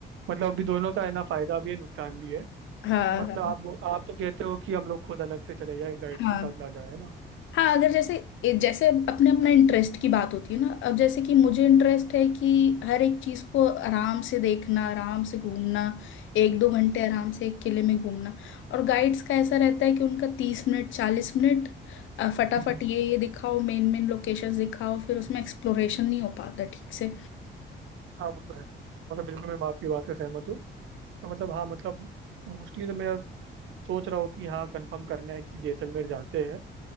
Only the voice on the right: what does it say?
मतलब अभी दोनों का है ना फायदा भी है नुकसान भी है
तो मतलब
आप वो- आप तो कहते हो कि हम लोग खुद अलग से चले जाए गाइड
के साथ ना जाए है ना
हम्म,
हाँ वो तो है मतलब बिल्कुल मैं आपकी बात से सहमत हूँ तो मतलब हाँ मतलब मोस्टली तो मेरा सोच रहा हूँ कि हाँ कंफर्म करना है कि जैसलमेर जाते हैं